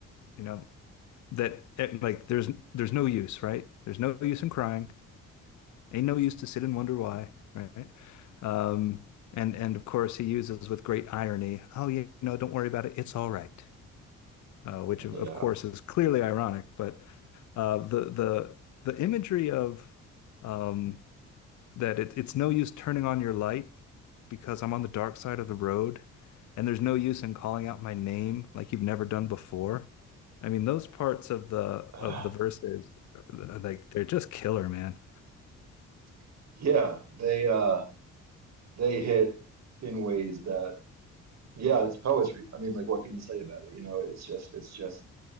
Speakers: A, on the left; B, on the right.
A: you know, that it, like there's there's no use, right? There's no use in crying. Ain't no use to sit and wonder why, right? Um, and and of course he uses with great irony, oh, you know, don't worry about it. It's all right uh, which of,
B: yeah
A: of course is clearly ironic. But uh, the the the imagery of um, that it, it's no use turning on your light because I'm on the dark side of the road, and there's no use in calling out my name like you've never done before. I mean, those parts of the
B: Ah,
A: of the verses, uh, like they're just killer, man.
B: <sighs> yeah they uh they hit in ways that Yeah, it's poetry. I mean, like, what can you say about it? You know, it's just, it's just,